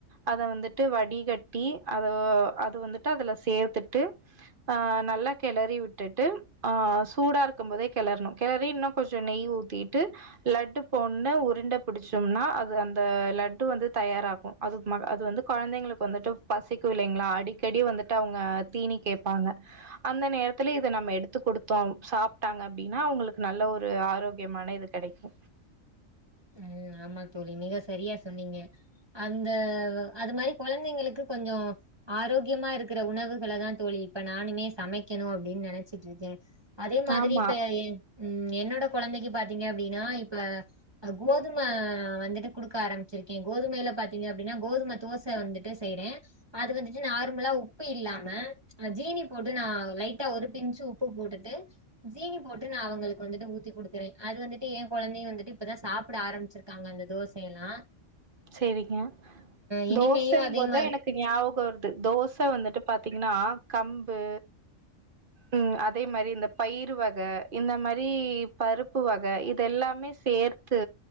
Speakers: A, on the right; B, on the right.
A: அத வந்துட்டு வடிகட்டி அத அது வந்துட்டு அதுல சேர்த்துட்டு ஆஹ் நல்லா கிளறி விட்டுட்டு ஆஹ் சூடா இருக்கு போதே கிளறணு கிளறி இன்னு கொஞ்ச நெய் ஊத்திட்டு லட்டு போன்ற உருண்டை பிடிச்சோம்னா அது அந்த லட்டு வந்து தயாராகு அது அது வந்து குழந்தைங்களுக்கு வந்துட்டு பசிக்கோ இல்லைங்களா அடிக்கடி வந்துட் டு அவங்க தீனி கேட்பாங்க அந்த நேரத்துல இத நம்ம எடுத்து கொடுத்தோ சாப்பிட்டாங்க அப்டின்னா அவங்களுக்கு நல்ல ஒரு ஒரு ஆரோக்கியமான இது கிடைக்கு
B: உம் ஆமா தோழி மிக சரியா சொன்னீங்க அந்த அது மாதிரி குழந்தைங்களுக்கு கொஞ்ச ஆரோக்கியமா இருக்கிற உணவுகள தா தோழி இப்ப நானுமே சமைக்கணு அப்டின்னு நினைச்சிட்டு இருக்கே அதே மாதிரி
A: ஆமா.
B: இப்ப என் உம் என்னோட குழந்தைக்கு பாத்தீங்க அப்டின்னா இப்ப கோதும வந்துட்டு கொடுக்க ஆரம்பிச்சிருக்கே கோதுமையில பாத்தீங்க அப்டின்னா கோதுமை தோசை வந்துட்டு செய்றே அது வந்துட்டு நார்மலா உப்பு இல்லாம ஜீனி போட்டு நா லைட்டா ஒரு பி்ன்சு உப்பு போட்டுட்டு ஜீனி போட்டு நா அவங்களுக்கு வந்துட்டு ஊத்தி குடுக்குறே அது வந்துட்டு என் குழந்தையு வந்துட்டு இப்பதா சாப்பிட ஆரம்பிச்சிருக்காங்க அந்த தோசையெல்லா
A: சரிங்க
B: இனிமேயும்
A: தோசைன்னு
B: அதே
A: போது
B: மா
A: தா எனக்கு ஞாபக வருது தோ சா வந்துட்டு பாத்தீங்கன்னா கம்பு உம் அதே மாரி இந்த பயிர் வக இந்த மாரி பருப்பு வக இத எல்லாமே சேர்த்து